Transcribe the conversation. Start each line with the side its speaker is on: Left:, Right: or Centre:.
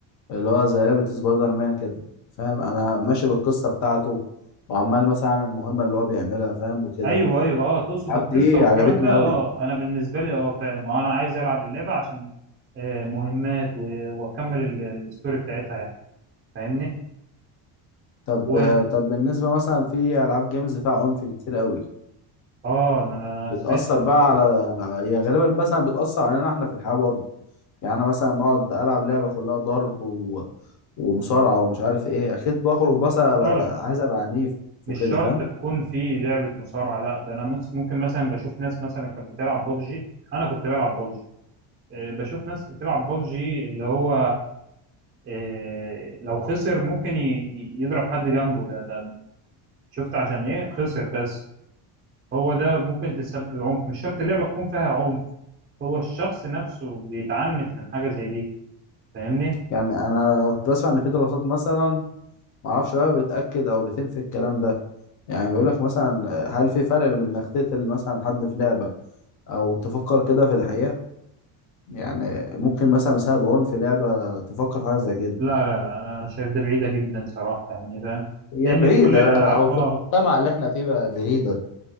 Left: اللي هو زي لعبة سبايدر مان كده فاهم انا ماشي بالقصة بتاعته وعمال مثلا اعمل المهمة اللي هو بيعملها فاهم وكده
Right: ايوه ايوه اه تقصد
Left: الألعاب
Right: القصه
Left: دي
Right: والكلام
Left: عجبتني
Right: ده اه
Left: قوي
Right: انا بالنسبه لي اه فعلا ما انا عايز العب اللعبه عشان آه، مهمات و- واكمل ال- الستوري بتاعتها يعني فاهمني
Left: طب
Right: و
Left: طب بالنسبة مثلا في ألعاب جيمز فيها عنف كتير قوي
Right: اه انا أنا
Left: بتأثر
Right: سمعت عن الحوار
Left: بقى على
Right: ده
Left: هي غالبا مثلا بتأثر علينا احنا في الحياة برضه يعني انا مثلا ما اقعد ألعب لعبة كلها ضرب و... ومصارعة ومش عارف ايه اكيد بخرج بس
Right: مش
Left: أبقى-
Right: شرط
Left: عايز ابقى عنيف
Right: مش
Left: وكده
Right: شرط
Left: فاهم
Right: تكون في لعبة مصارعة لا ده انا مس- ممكن مثلا بشوف ناس مثلا كانت بتلعب بابجي انا كنت بلعب بابجي آه، بشوف ناس بتلعب بابجي اللي هو آه، لو خسر ممكن ي- ي- يضرب حد جنبه لا ده شفت عشان ايه خسر بس هو ده ممكن تسبب عنف مش شرط اللعبة تكون فيها عنف هو الشخص نفسه بيتعنف من حاجة زي دي فاهمني
Left: يعني انا كنت بسمع ان في دراسات مثلا معرفش بقى بتأكد أو بتنفي الكلام ده يعني بيقولك مثلا هل في فرق بين إنك تقتل مثلا حد في لعبة أو تفكر كده في الحقيقة يعني ممكن مثلا بسبب عنف في لعبة تفكر في حاجة زي كده
Right: لا لا لا انا أنا شايف ده بعيدة جدا صراحة يعني فاهم
Left: هي
Right: لان
Left: بعيدة
Right: كل الالعاب
Left: أو في
Right: اه
Left: المجتمع اللي إحنا فيه بقى بعيدة